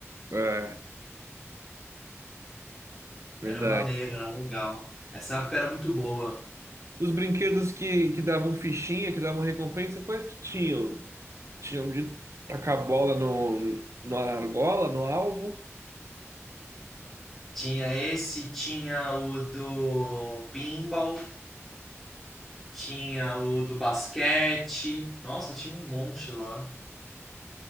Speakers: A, on the right; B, in the centre.
A: É,
B: Era
A: verdade.
B: maneiro, era legal. Essa época era muito boa.
A: Os brinquedos que, que davam fichinha, que davam recompensa, quais que tinham? Tinham de tacar a bola no, no argola, no alvo.
B: Tinha esse, tinha o do pinball, tinha o do basquete. Nossa, tinha um monte lá.